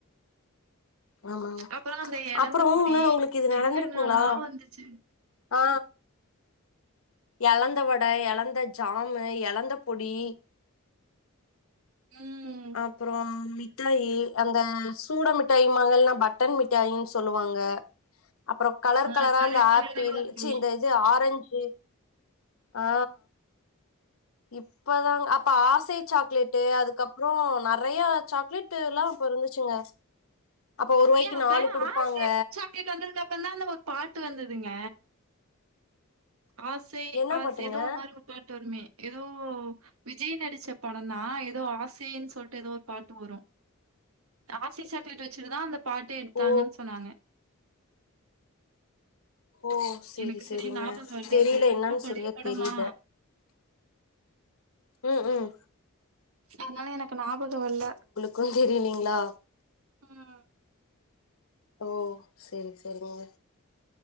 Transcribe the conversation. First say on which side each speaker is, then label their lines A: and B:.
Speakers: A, on the left; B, on the right.
A: ஆமாங்க
B: அப்புறோ அந்த எலந்த
A: அப்பற
B: பொடி
A: இன்னொன்னு உங்களுக்கு இது நடந்திருக்குங்களா
B: என்னென்னல்லா வந்துச்சு
A: ஆ எழந்த வடை எழந்த ஜாம்மு எழந்த பொடி
B: ம்
A: அப்பறம் மிட்டாயி அந்த சூட மிட்டாயி மங்கனா பட்டன் மிட்டாயின்னு சொல்லுவாங்க
B: <inaudible>
A: அப்பற கலர்
B: ஆ
A: கலரா
B: கலர்
A: அந்த
B: கலராவா
A: ஆப்பிள்
B: இருக்குமே
A: சி இந்த இது ஆரஞ்சு ஆ இப் பதாங்க அப்ப ஆசை சாக்லேட்டு அதுக்கப்புறோ நெறைய சாக்லேட்டுல்லா அப்ப இருந்துச்சுங்க அப்ப ஒருவாய்க்கு
B: ஏ அப்ப
A: நாலு குடுப்பாங்க
B: ஆசை சாக் லெட்டு வந்ததுக்கு அப்புறந் தா அந்த ஒரு பாட்டு வந்ததுங்க ஆசை
A: என்ன
B: ஆசை
A: பாட்டுங்க
B: ஏதோ ஒரு மாரி ஒரு பாட்டு வருமே ஏதோ விஜய் நடிச்ச படோந் தா ஏதோ ஆசைன்னு சொல்ட்டு ஏதோ ஒரு பாட்டு வரு ஆசை சாக்லேட்டு வெச்சுட்டுதா அந்த பாட்டே எடுத்தாங்கன்னு
A: ஓ
B: சொன்னாங்க
A: ஓ சேரி
B: எனக்கு சரிய
A: சேரிங்க
B: ஞாபகம் இல்ல
A: தெரில
B: அது ரொம்ப
A: என்னன்னு
B: பழைய
A: சரியா
B: படமா
A: தெரில ம் ம்
B: அதனால எனக்கு ஞாபக வல்ல
A: க்கு தெரியலைங்ளா
B: ம்
A: ஓ செரி செரிங்க